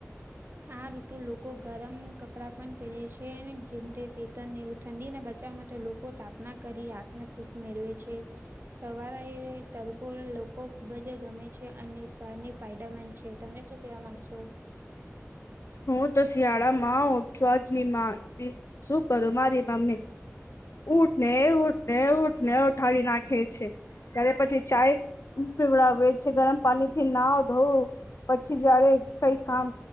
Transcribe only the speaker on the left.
હું તો શિયાળામાં ઓઠવા જની માંગ શું કરું, મારી મમ્મી. ઉટ ને ઉટને ઉટને ઉઠાડી નાખે છે ત્યારે પછી ચાય પીવડાવે છે. ગરમ પાણીથી નાવ, ધોવું પછી જયારે કઈ કામ